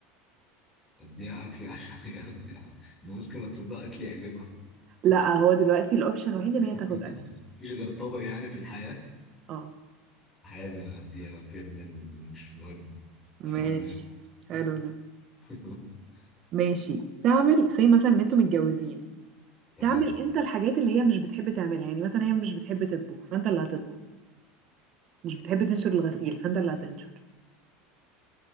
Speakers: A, on the left; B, on the right.
A: اديها اكلي عشان هي <laughs> ده ممكن اطلب لها اكل يعجبها
B: لا هو دلوقتي الاوبشن الوحيد ان
A: <laughs>
B: هي تاخد اكل
A: مفيش غير طبق يعني في الحياه
B: اه
A: عادي انا هديها فير مينيمم مش مهم مش
B: ماشي
A: مهم يعني
B: حلو ده
A: <laughs>
B: ماشي تعمل زي مثلا ان انتوا متجوزين
A: تمام
B: تعمل انت الحاجات اللي هي مش بتحب تعملها يعني مثلا هي مش بتحب تطبخ فانت اللي هتطبخ مش بتحب تنشر الغسيل فانت اللي هتنشر